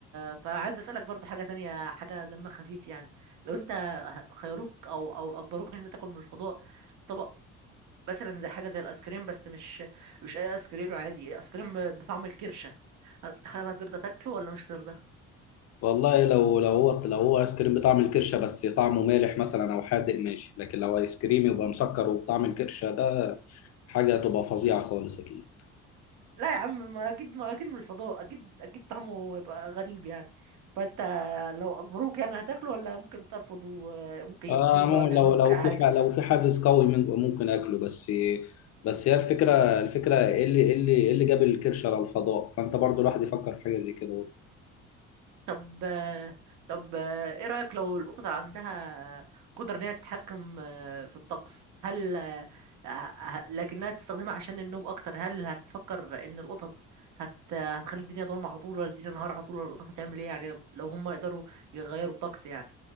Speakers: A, on the right; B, on the left.
A: فعايز اسالك برضه حاجه تانية حاجه دمها خفيف يعني لو انت خيروك او او اجبروك ان انت تاكل من الفضاء طبق مثلا زي حاجه زي الايس كريم بس مش مش اي ايس كريم عادي ايس كريم ب- بطعم الكرشه هت- هل هترضى تاكله ولا مش هترضى
B: والله لو لو هو لو هو ايس كريم بطعم الكرشه بس طعمه مالح مثلا او حادق ماشي لكن لو ايس كريم يبقى مسكر وبطعم الكرشه ده حاجه تبقى فظيعه خالص اكيد
A: لا يا عم ما اكيد ما اكيد من الفضاء اكيد اكيد طعمه هيبقى غريب يعني فانت لو اجبروك يعني هتاكله ولا ممكن ترفض وممكن
B: آه
A: يقتلوك
B: مو-
A: بقى ولا
B: لو
A: يعملوا
B: لو
A: فيك اي حاجه
B: في ح- لو في حافز قوي من- ممكن اكله بس بس هي الفكره الفكره ايه اللي ايه اللي ايه اللي جاب الكرش على الفضاء فانت برضو الواحد يفكر في حاجه زي كده برضه.
A: طب طب ايه رأيك لو القطط عندها قدرة ان هي تتحكم في الطقس هل ه- لكنها تستخدمها عشان النوم اكتر هل هتفكر ان القطط هت... هتخلي الدنيا ضلمة على طول ولا الدنيا نهار على طول ولا القطط هتعمل ايه يعني لو لو هم يقدروا يغيروا الطقس يعني